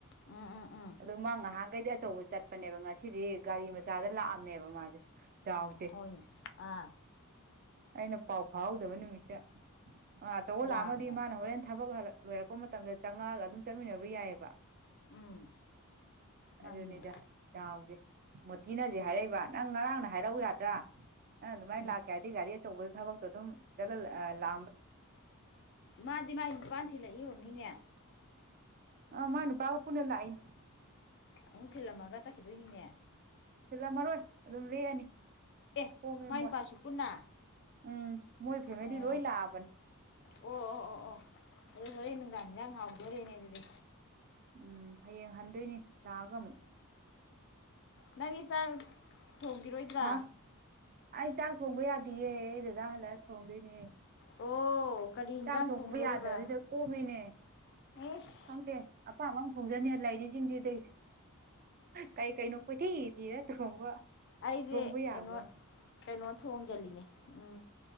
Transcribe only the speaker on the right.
ꯑꯗꯨ ꯃꯥ ꯉꯍꯥꯟꯈꯩꯗꯤ ꯑꯆꯧꯕ ꯆꯠꯄꯅꯦꯕ ꯉꯁꯤꯗꯤ ꯒꯥꯔꯤ ꯃꯆꯥꯗ ꯂꯥꯛꯑꯝꯃꯦꯕ ꯃꯥꯁꯦ ꯗꯥꯎꯁꯦ
ꯑꯩꯅ ꯄꯥꯎ ꯐꯥꯎꯍꯧꯗꯕ ꯅꯨꯃꯤꯠꯇꯗ ꯑ ꯑꯆꯧꯕ
ꯂꯥꯛꯑꯝꯃꯗꯤ ꯃꯥꯅ ꯍꯣꯔꯦꯟ ꯊꯕꯛ ꯍꯜꯂꯛ ꯂꯣꯏꯔꯛꯄ ꯃꯇꯝꯗ ꯆꯪꯉꯛꯑꯒ ꯑꯗꯨꯝ ꯆꯠꯃꯤꯟꯅꯕ ꯌꯥꯏꯑꯕ
ꯑꯗꯨꯗꯅꯤꯗ ꯌꯥꯎꯦ ꯊꯤꯅꯖꯤ ꯍꯥꯏꯔꯛꯏꯕ ꯅꯪ ꯉꯔꯥꯡꯅ ꯍꯥꯏꯔꯛꯎ ꯌꯥꯗ꯭ꯔꯥ ꯅꯪ ꯑꯗꯨꯃꯥꯏꯅ
ꯂꯥꯛꯀꯦ ꯍꯥꯏꯔꯗꯤ ꯒꯥꯔꯤ ꯊꯕ ꯑꯗꯨꯝ ꯆꯂ ꯂ
ꯑ ꯃ ꯅꯨꯄꯥꯒ ꯄꯨꯅ ꯂꯥꯏꯅꯤ
ꯁꯤꯜꯂꯝꯃꯔꯣꯏ ꯑꯗꯨꯝ ꯂꯦꯛꯑꯅꯤ
ꯀꯣꯝꯃꯦ
ꯃꯣꯏ
ꯎꯝ ꯃꯣꯏ ꯐꯦꯃꯤꯂꯤ
ꯂꯣꯏ ꯂꯥꯛꯑꯕꯅꯤ
ꯎꯝ ꯍꯌꯦꯡ ꯍꯟꯗꯣꯏꯅꯤ ꯂꯥꯛꯑꯒ ꯑꯃꯨꯛ
ꯍꯥ ꯑꯩ ꯆꯥꯛ ꯊꯣꯡꯕ ꯌꯥꯗꯦꯌꯦ ꯑꯩꯗꯨꯗ ꯍꯜꯂꯛꯑ ꯊꯣꯡꯗꯣꯏꯅꯦ
ꯆꯥꯛ ꯊꯣꯛꯄ
ꯌꯥꯗꯕꯁꯤꯗ ꯀꯣꯝꯃꯤꯅꯦ
ꯈꯪꯗꯦ ꯑꯄꯥꯝꯕ ꯑꯃꯝ ꯊꯣꯡꯖꯅꯤ ꯂꯩꯥꯏꯔꯤꯁꯤꯡꯁꯤꯗꯒꯤ ꯀꯩ ꯀꯩꯅꯣ ꯀꯣꯏꯊꯤ ꯊꯤꯔ ꯊꯣꯡꯕ
ꯊꯣꯡꯕ ꯌꯥꯕ